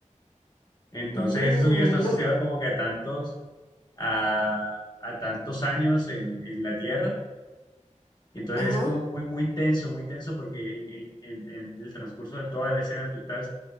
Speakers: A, on the left; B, on the left.
A: Entonces
B: Mm,
A: ese sonido está asociado
B: no,
A: como que a tantos, a, a tantos años en, en la Tierra Y entonces
B: ajá.
A: es como muy, muy tenso, muy tenso porque en, en- en- en el transcurso de toda la escena tú estás